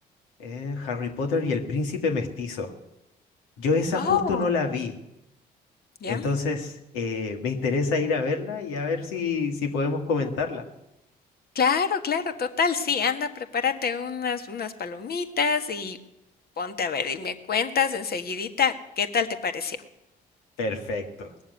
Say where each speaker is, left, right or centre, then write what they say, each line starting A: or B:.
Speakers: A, on the left; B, on the left.
A: eh, Harry Potter y el Príncipe Mestizo. Yo esa
B: Oh,
A: justo no la vi,
B: ya.
A: entonces eh, me interesa ir a verla y a ver si, si podemos comentarla.
B: Claro, claro, total, sí, anda, prepárate unas, unas palomitas y ponte a ver y me cuentas enseguidita qué tal te pareció.
A: Perfecto.